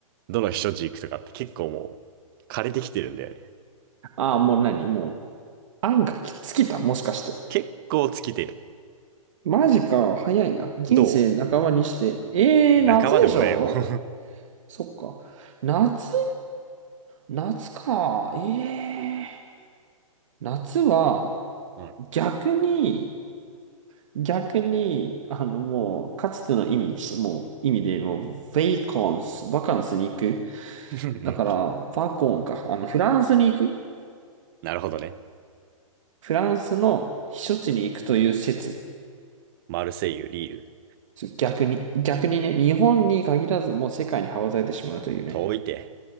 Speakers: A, on the right (about 40°); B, on the right (about 65°).
A: どの避暑地行くとかって結構もう枯れてきてるんだよね。
B: ああ、もう何もう、案がきつきたもしかして。
A: 結構尽きてる。
B: マジか。早いな。人生半ばにして。
A: ど
B: ええ夏でしょ
A: う仲間でもないよ。<laughs>
B: そっか。夏夏か。ええ夏は、
A: うん。
B: 逆に、逆に、あの、もう、かつての意味し、もう、意味で、もう、ベイコンス、バカンスに行く。
A: <laughs> うん
B: だから、バコンか。あの、フランスに行く。
A: なるほどね。
B: フランスの避暑地に行くという説。
A: マルセイユ、リール。
B: 逆に、逆にね、日本に限らずもう世界に羽ばたいてしまうというね。
A: 遠いて。